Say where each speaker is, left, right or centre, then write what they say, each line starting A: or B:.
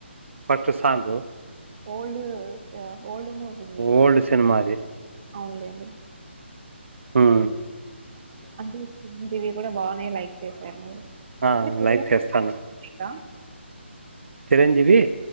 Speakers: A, on the right; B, on the right.
A: ఫస్ట్ సాంగ్
B: ఓల్డు ఓల్డు మూవినే
A: ఓల్డ్ సినిమా అది
B: అవునులే అండి
A: ఉమ్
B: అంటే చిరంజీవి కూడా బాగు లైక్ చేశారు మీరు
A: ఆ
B: అంటే చిరంజీవి
A: లైక్ చేస్తాను
B: ఫైటింగ్
A: చిరంజీవి